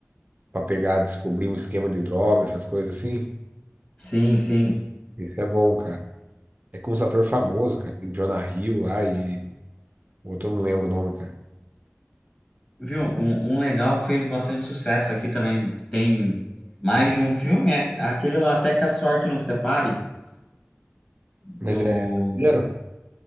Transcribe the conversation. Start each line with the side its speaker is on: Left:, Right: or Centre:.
Right: pra pegar, descobrir um esquema de droga, essas coisas assim.
Left: Sim, sim.
Right: Esse é bom, cara. É com um ator famoso, cara. Jonah Hill lá e. O outro eu não lembro o nome, cara.
Left: Viu? Um, um legal que fez bastante sucesso aqui também. que Tem mais de um filme, é aquele lá Até que a Sorte Nos Separe,
Right: Mas
Left: do.
Right: é brasileiro?